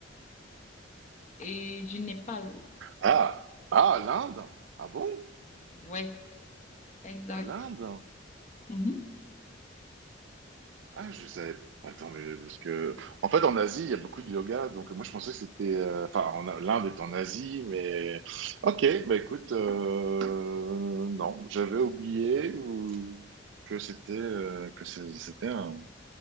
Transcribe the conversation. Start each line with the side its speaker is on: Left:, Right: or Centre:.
Left: et du Népal.
Right: ah, ah, l'Inde? Ah bon?
Left: Ouais, exact.
Right: L'Inde?
Left: Mhm.
Right: Ah, je savais. Attends, mais parce que. En fait, en Asie, il y a beaucoup de yoga. Donc, moi, je pensais que c'était. euh, Enfin, en- l'Inde est en Asie, mais. Ok, bah écoute, euh, non, j'avais oublié ou... que c'était euh, que c'est- c'était un...